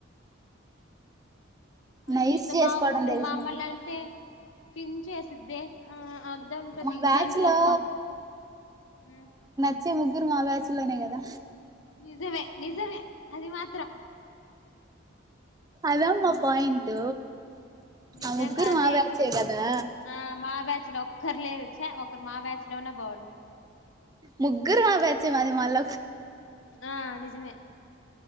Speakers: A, on the right; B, on the left.
A: నైస్
B: మీతో
A: చేసుకోవడం
B: బాగుంటే
A: తెలుసు
B: మమ్మాల్ని
A: మాకు
B: అయితే చించేసిద్దే ఆ అద్తే
A: మా
B: ఇద్దైతంటది
A: బ్యాచ్
B: దబ్బా
A: లో
B: ఉ
A: వచ్చే ముగ్గురు మా బ్యాచ్ లోనే కదా
B: నిజమే నిజమే అది మాత్రం
A: ఇదమ్మ పాయింట్
B: నిజంగా
A: ఆ ముగ్గురు
B: అదే
A: మా బ్యాచే కదా
B: ఆ మా బ్యాచ్ లో ఒక్కరు లేరు చ్చ మా బ్యాచ్లోనే బాగుండు
A: ముగ్గురు మా బ్యాచ్చే మాది మల్ల
B: ఆ నిజమే